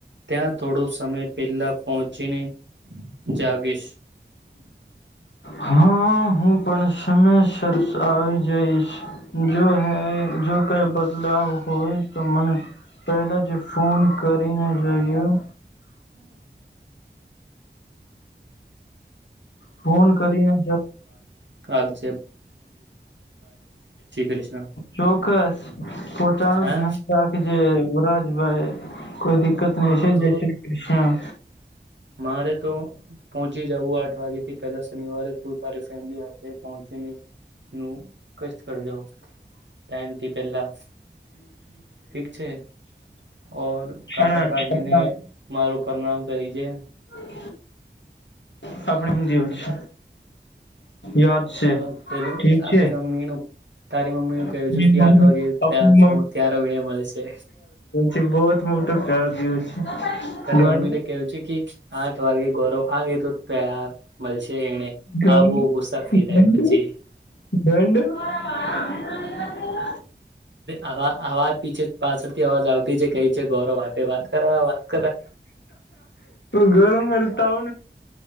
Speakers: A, on the right (about 75°); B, on the left (about 75°).
A: ત્યાં થોડો સમય પેલા પહોંચીને જાગીશ.
B: હા હું પણ સમયસરસ આવી જઈશ જો હ જો કઈ બદલાવ હોય તો મને પહેલા જ ફોન કરીને જોઈયો.
A: <inaudible>
B: ફોન કરીને જ
A: કાગજેપ. કૃષ્ણ
B: ચોક્કસ પોતાનું
A: હા
B: ધ્યાન રાખજે વરાજભાઈ. કોઈ દિકકત નહી
A: હું
B: છે જ
A: તો
B: શ્રી કૃષ્ણ.
A: મારે તો પહોંચી જવું આઠ વાગેથી પેલા શનિવારે તું તારી ફેમિલી. પહોંચી નું કષ્ટ કરજઉં ટાઈમ થી પહેલા ઠીક છે ઓર કાકા
B: પણ
A: કાકીને
B: આપણા
A: મારું પરણામ કહીજે.
B: <inaudible> આપણી હ જવલ છે. યાદ છે
A: અ તે
B: ઠીક
A: આપણી
B: છે
A: મમ્મીનું તારી મમ્મીનું કહું
B: મમ્મી
A: છું કે
B: મમ્મી
A: આઠ વાગે
B: આપણી
A: ત ત્યારે વિણય મળે છે.
B: સ બહુત મો તો પ્યાર દ્યો છે.
A: તારી
B: ગંડ
A: મમ્મી ને કેહવું છે કે- આઠ વાગે ગોરો આગી તોું તાર મળશે એને
B: ગંડ
A: આ બહ ગુસ્સા થઇ જાય
B: ગંડ
A: પછી.
B: ગંડ <inaudible>
A: આવા આવાજ પીછે પાછળથી અવાજ આવતી જ કઈ છે ગૌરવ વા વાત કરવા
B: ગોરમરતા હો.